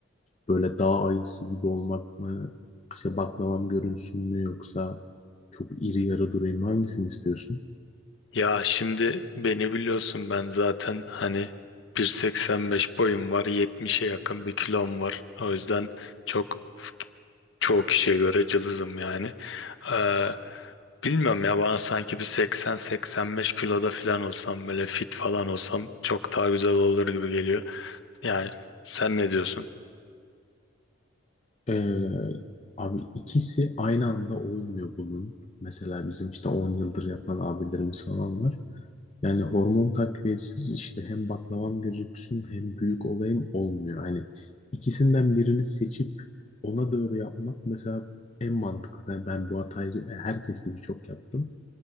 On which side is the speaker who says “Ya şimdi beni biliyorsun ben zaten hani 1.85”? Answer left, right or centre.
Left